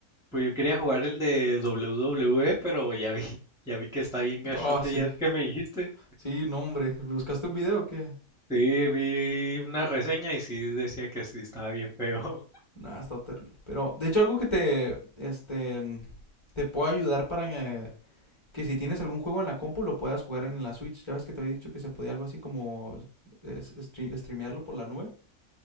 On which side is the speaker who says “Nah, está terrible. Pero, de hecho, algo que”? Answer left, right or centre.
Left